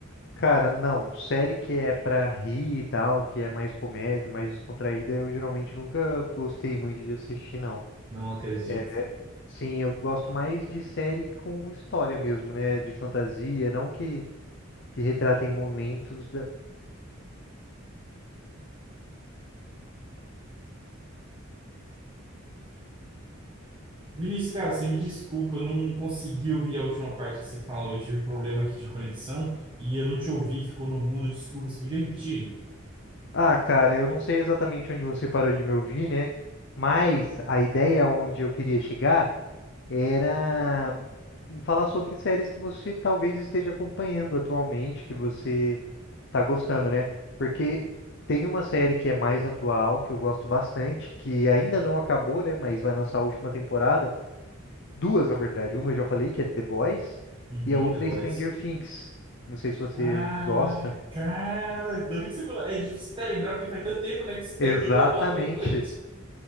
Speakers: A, on the left; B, on the right.
A: Cara, não. Série que é pra rir e tal, que é mais comédia, mais descontraída, eu geralmente nunca gostei muito de assistir, não.
B: Não acredito.
A: É, sim, eu gosto mais de série com história mesmo, né? De fantasia, não que, que retratem momentos da.
B: Vinícius, cara, você me desculpa, eu não consegui ouvir a última parte que você falou. Eu tive problema aqui de conexão e eu não te ouvi, ficou no mudo. Desculpa, você podia repetir?
A: Ah, cara, eu não sei exatamente onde você parou de me ouvir, né? Mas a ideia onde eu queria chegar era em falar sobre séries que você talvez esteja acompanhando atualmente, que você Tá gostando, né? Porque tem uma série que é mais atual, que eu gosto bastante, que ainda não acabou, né? Mas vai lançar a última temporada. Duas, na verdade. Uma eu já falei, que é The Boys,
B: Uhum,
A: e a outra
B: The Voice.
A: é Stranger Things. Não sei se você
B: Ah,
A: gosta.
B: cara, ainda bem que você falou. É difícil até lembrar, porque faz tanto tempo, né, que <laughs> saiu
A: Exatamente.
B: a última.